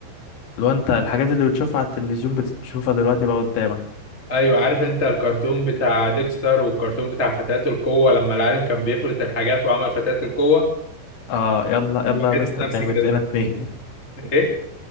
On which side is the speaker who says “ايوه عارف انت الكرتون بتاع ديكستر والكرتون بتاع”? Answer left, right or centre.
Left